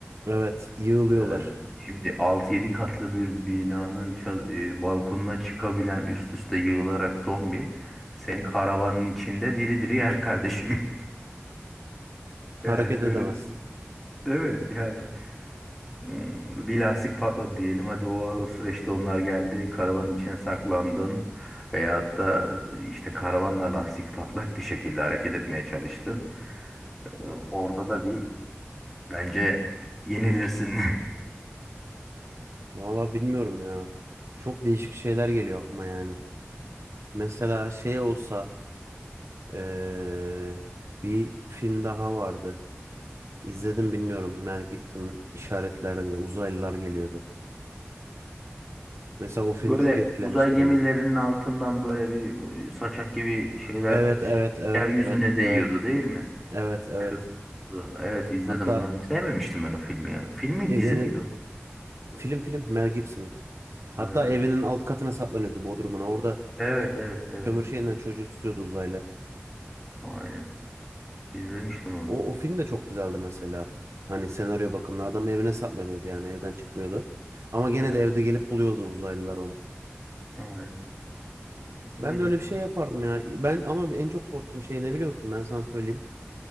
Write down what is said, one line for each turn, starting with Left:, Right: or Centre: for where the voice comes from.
Right: Evet, yığılıyorlar.
Centre: Ee, Evet. şimdi altı yedi katlı bir binanın ça- e, balkonuna çıkabilen üst üste yığılarak zombi seni karavanın içinde diri diri yer kardeşim. <laughs> Yani
Right: Hareket
Centre: öyle
Right: edemezsin.
Centre: değil mi? Yani hmm, bir lastik patladı diyelim. Hadi o, o süreçte onlar geldi karavanın içine saklandın. Veyahut da e, işte karavanla lastik patlak bir şekilde hareket etmeye çalıştın. Ee, Orada da bir bence yenilirsin.
Right: Valla bilmiyorum ya. Çok değişik şeyler geliyor aklıma yani. Mesela şey olsa eee, bir film daha vardı. İzledim bilmiyorum. Mel Gibson'ın İşaretler diye uzaylılar geliyordu. Mesela o
Centre: <laughs>
Right: film
Centre: Böyle
Right: çok etkilemişti
Centre: uzay gemilerinin
Right: beni.
Centre: altından böyle bir e, saçak gibi şeyler
Right: Evet,
Centre: ş-
Right: evet, evet,
Centre: yeryüzüne
Right: evet,
Centre: değiyordu
Right: evet.
Centre: değil mi?
Right: Evet evet.
Centre: Kırmızı. Evet izledim.
Right: Hatta
Centre: Ben sevmemiştim ben o filmi ya. Filmi
Right: evinin
Centre: dizi miydi o?
Right: film film Mel Gibson'ın. Hatta
Centre: Ha,
Right: evinin alt katına saklanıyordu Bodrum'una. Orada
Centre: evet evet evet.
Right: kömür şeyinden çocuğu tutuyordu uzayla.
Centre: Aynen. İzlemiştim onu.
Right: O, o film de çok güzeldi mesela. Hani senaryo bakımından adam evine saklanıyordu yani evden çıkmıyordu. Ama gene
Centre: Evet.
Right: de evde gelip buluyordu uzaylılar onu.
Centre: Aynen.
Right: Ben
Centre: Böyle.
Right: de öyle bir şey yapardım ya. Ben ama en çok korktuğum şey ne biliyor musun? Ben sana söyleyeyim.